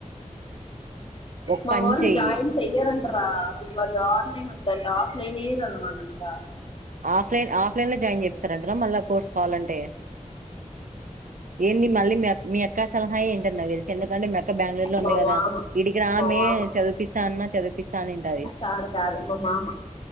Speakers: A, on the right (about 85°); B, on the left (about 40°).
A: ఒక
B: మా
A: పని
B: వాళ్ళు
A: చెయ్యి
B: జాయిన్ చెయయరంట రా వాల్ వాళ్ళు ఆన్ లైన్ అంటే ఆఫ్ లైనే కావాలంట
A: ఆఫ్ లైన్ ఆఫ్ ల లో జాయిన్ చేపిస్తారు అంటారంట నా మళ్ళా కోర్స్ కావాలంటే ఏంది మళ్ళీ మీ అక్క సలహా ఏ ఆయ్యింటటి నా తెలిసి ఎందుకంటే మీ అక్క బ్యాంగ్ళూరు లో ఉంది
B: మా
A: కదా
B: మామ
A: ఈడికి రామే
B: మా మామ
A: చదిపిస్తా అన్న చదివిపిస్తా అనింటది
B: కాదు కాదు మా మామ